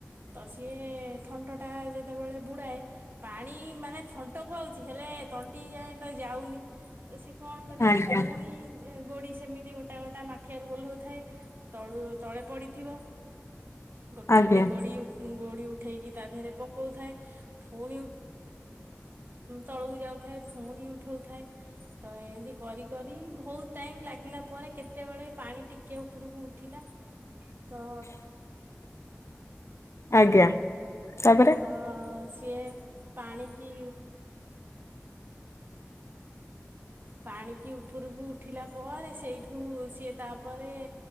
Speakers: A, on the right; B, on the left.
A: ତ ସିଏ ଥ ତା ଯେତେବେଳେ ବୁଡ଼ାଏ ପାଣି ମାନେ ଥଣ୍ଟକୁ ଆଉଛି ହେଲେ ତଣ୍ଟି ଯାଏ ତ ଯାଉନି। ତ ସିଏ କଣ କରିବ
B: ଆଜ୍ଞା
A: ଫୁଣି ଗୋଡି ସେମିତି ଗୋଟା ଗୋଟା ମାଠିଆରୁ ଓହ୍ଲଉ ଥାଏ ତଳୁ ତଳେ ପଡିଥିବ। ଗୋଟେ
B: ଆଜ୍ଞା
A: ଗୋଟେ ଗୋଡି ଗୋଡି ଉଠେଇକି ତା ଦେହରେ ପକଉଥାଏ। ଫୁଣି ତଳକୁ ଯାଉଥାଏ ଫୁଣି ଉଠଉଥାଏ। ତ ଏମିତି କରି କରି ବହୁତ ଟାଇମ ଲାଗିଲା ପରେ କେତେବେଳେ ପାଣି ଟିକେ ଉପରକୁ ଉ ଉଠିଲା ତ
B: ଆଜ୍ଞା ତାପରେ,
A: ଅ ସିଏ ପାଣିକିି ପାଣିକି ଉପରକୁ ଉଠିଲା ପରେ ସେଇଠୁ ସିଏ ତାପରେ